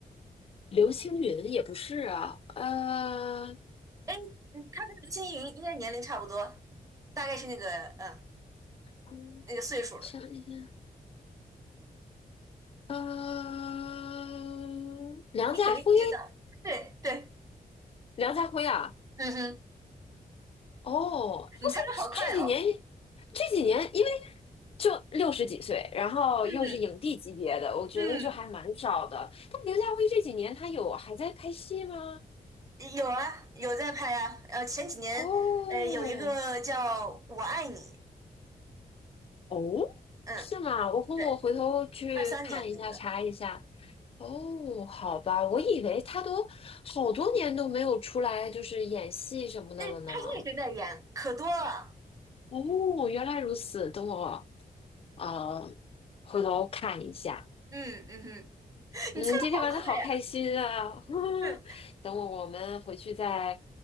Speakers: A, on the left; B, on the right.
A: 刘青云也不是啊，呃，
B: 哎，嗯他跟刘青云应该年龄差不多，大概是那个嗯
A: 嗯想一下，
B: 那个岁数的，
A: 呃，梁家辉，
B: <laughs> 你肯定知道。对对，
A: 梁家辉啊，
B: 嗯哼，
A: 哦，他现这几年，
B: 你猜的好快哦。
A: 这几年因为就六十几岁，然后又是影帝级别的，
B: 嗯
A: 我觉得就还蛮少的。
B: 嗯，
A: 但梁家辉这几年他有还在拍戏吗？
B: 有啊，有在拍啊。呃，前几年呃有一个叫《我爱你》，
A: 哦，哦，
B: 嗯，
A: 是吗？我回我回头去看一下，
B: 对，二三年那个，
A: 查一下。哦，好吧，我以为他都好多年都没有出来，就是演戏什么的了呢。
B: 哎，他一直在演，可多了。
A: 哦，原来如此，等我呃回头看一下。
B: 嗯嗯哼。<laughs>
A: 嗯，
B: 你猜的好快呀！
A: 今天玩的好开心啊！<laughs>
B: <laughs> 对
A: 等我我们回去再